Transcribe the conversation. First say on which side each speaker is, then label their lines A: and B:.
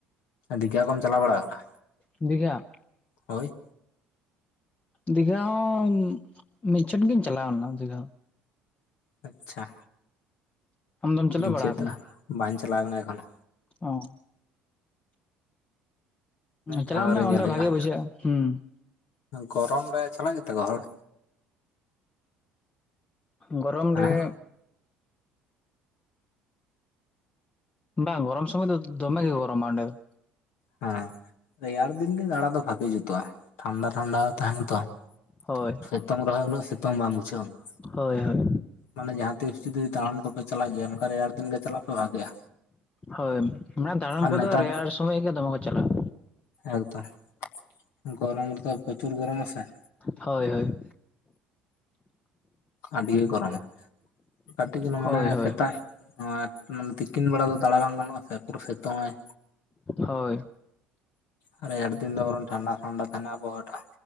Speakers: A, on the left; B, on the left.
A: ᱫᱤᱜᱷᱟ ᱠᱚᱢ ᱪᱟᱞᱟᱣ ᱵᱟᱲᱟᱜ ᱟᱠᱟᱱᱟ?
B: ᱫᱤᱜᱷᱟ,
A: ᱦᱳᱭ
B: ᱫᱤᱜᱷᱟ ᱦᱚᱸ ᱢᱤᱫᱪᱷᱚᱴ ᱜᱤᱧ ᱪᱟᱞᱟᱣ ᱞᱮᱱᱟ ᱫᱤᱜᱷᱟ᱾
A: ᱟᱪᱪᱷᱟ,
B: ᱟᱢᱫᱚᱢ ᱪᱟᱞᱟᱣ
A: ᱱᱤᱪᱟᱹ
B: ᱵᱟᱲᱟ ᱟᱠᱟᱱᱟ
A: ᱫᱚ ᱵᱟᱝᱧ ᱪᱟᱞᱟᱣ ᱠᱟᱱᱟ ᱮᱠᱷᱚᱱᱳ
B: ᱚ
A: ᱢᱤᱫ
B: ᱪᱟᱞᱟᱜ
A: ᱫᱷᱟᱣ
B: ᱢᱮ
A: ᱨᱮ ᱧᱮᱞ
B: ᱚᱱᱰᱮ
A: ᱦᱩᱭᱩᱜᱼᱟ
B: ᱵᱷᱟᱜᱮ ᱵᱩᱢᱷᱟᱼᱟ, ᱦᱩᱸ
A: ᱜᱚᱨᱚᱢ ᱨᱮ ᱪᱟᱞᱟᱜ ᱜᱮᱛᱮ ᱠᱚ ᱦᱚᱲ?
B: ᱜᱚᱨᱚᱢ
A: ᱦᱮᱸ
B: ᱨᱮ, ᱵᱟᱝ ᱜᱚᱨᱚᱢ ᱥᱚᱢᱚᱭ ᱫᱚ ᱫᱚᱢᱮ ᱜᱮ ᱜᱚᱨᱚᱢ ᱚᱸᱰᱮ ᱫᱚ,
A: ᱦᱮᱸ ᱨᱮᱭᱟᱲ ᱫᱤᱱ ᱜᱮ ᱫᱟᱬᱟ ᱫᱚ ᱵᱷᱟᱜᱤ ᱡᱩᱛᱩᱜᱼᱟ᱾ᱴᱷᱟᱱᱰᱟ ᱴᱷᱟᱱᱰᱟ ᱛᱟᱦᱮᱱᱟ ᱛᱚ
B: ᱦᱳᱭ
A: ᱥᱤᱛᱩᱝ ᱨᱮᱦᱚᱸ ᱩᱱᱟᱹᱜ ᱥᱤᱛᱩᱝ ᱵᱟᱝᱢ ᱵᱩᱡᱷᱟᱹᱜᱼᱟ ᱩᱱ ᱫᱚ,
B: ᱦᱳᱭ ᱦᱳᱭ,
A: ᱢᱟᱱᱮ ᱡᱟᱦᱟᱸ ᱛᱤᱥ ᱡᱩᱫᱤ ᱫᱟᱬᱟᱱ ᱠᱚᱯᱮ ᱪᱟᱞᱟᱜ ᱜᱮᱭᱟ ᱚᱱᱠ ᱨᱮᱭᱟᱲ ᱫᱤᱱ ᱜᱮ ᱪᱟᱞᱟᱜ ᱯᱮ ᱵᱷᱟᱜᱤᱼᱟ᱾
B: ᱦᱳᱭ ᱢᱟᱱᱮ ᱫᱟᱬᱟᱱ
A: ᱱᱮᱛᱟᱨ
B: ᱠᱚᱫᱚ ᱨᱮᱭᱟᱲ ᱥᱳᱢᱚᱭ ᱜᱮ ᱫᱚᱢᱮ ᱠᱚ ᱪᱟᱞᱟᱜᱼᱟ᱾
A: ᱮᱠᱫᱚᱢ ᱜᱚᱨᱚᱢ ᱨᱮᱫᱚ ᱯᱨᱚᱪᱩᱨ ᱜᱚᱨᱚᱢᱟ ᱥᱮ᱾
B: ᱦᱳᱭ ᱦᱳᱭ
A: ᱟᱹᱰᱤᱜᱮ ᱜᱚᱨᱚᱢᱟ, ᱠᱟᱹᱴᱤᱡ ᱡᱮᱱᱚ
B: ᱦᱳᱭ
A: ᱢᱟᱱᱮ
B: ᱦᱳᱭ
A: ᱥᱮᱛᱟᱜ ᱦᱚᱭᱮᱛ ᱢᱟᱱᱮ ᱛᱤᱠᱤᱱ ᱵᱮᱲᱟ ᱫᱚ ᱫᱟᱬᱟ ᱵᱟᱝ ᱜᱟᱱᱚᱜᱼᱟ ᱥᱮ ᱯᱩᱨ ᱥᱤᱛᱩᱝ ᱟᱭ᱾
B: ᱦᱳᱭ,
A: ᱟᱨ ᱨᱮᱭᱟᱲ ᱫᱤᱱ ᱫᱚ ᱵᱱᱨ ᱴᱷᱟᱰᱟ ᱴᱷᱟᱱᱰᱟ ᱛᱟᱱᱮᱱᱟ ᱟᱵᱚᱦᱴᱟ᱾